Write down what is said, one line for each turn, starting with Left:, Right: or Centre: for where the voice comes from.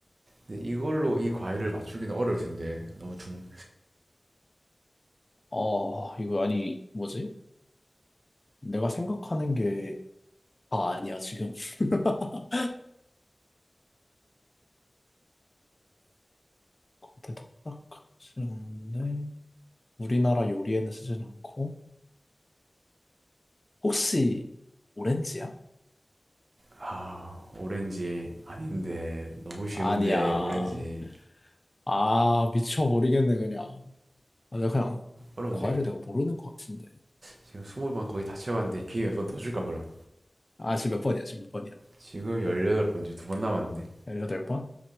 Right: 근데 이걸로 이 과일을 맞추기는 어려울 텐데 너무 중...
Left: 어, 이거 아니, 뭐지? 내가 생각하는 게 다 아니야, 지금. <laughs> 겉에 딱딱하지 않은데, 우리나라 요리에는 쓰진 않고, 혹시 오렌지야?
Right: 아, 오렌지 아닌데 너무 쉬운데
Left: 아니야.
Right: 오렌지
Left: 아, 미쳐버리겠네, 그냥. 아, 내가 그냥
Right: 어려운데
Left: 과외를 내가 모르는 것 같은데.
Right: 지금 20번 거의 다 채워갔는데 기회 몇 번 더 줄까 그럼?
Left: 아, 지금 몇 번이야? 지금 몇 번이야?
Right: 지금 18번째 두 번 남았는데
Left: 18번?